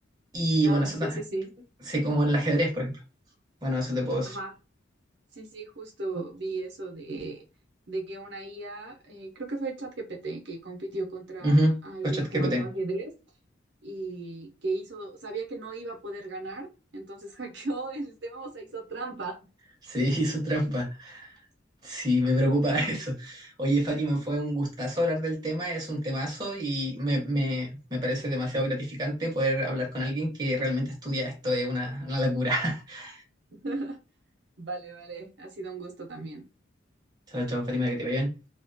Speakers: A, on the right; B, on the right.
A: Y
B: Ah,
A: bueno, eso
B: sí,
A: ta-
B: sí, sí.
A: sí, como en el ajedrez, por ejemplo. Bueno, eso te puedo decir.
B: Ajá. Sí, sí, justo vi eso de, de que una IA, eh, creo que fue ChatGPT que compitió contra
A: Ujú,
B: alguien
A: Pues ChatGPT.
B: jugando ajedrez y que hizo, sabía que no iba a poder ganar, entonces <laughs> hackeó el sistema, o sea, hizo trampa.
A: Sí, <laughs> su trampa. Sí, me preocupa <laughs> eso. Oye, Fátima, fue un gustazo hablar del tema, es un temazo y me, me- me parece demasiado gratificante poder hablar con alguien que realmente estudia esto, es una, una locura. <laughs>
B: <laughs> Vale, vale, ha sido un gusto también.
A: Chao, chao, Fátima, que te vaya bien.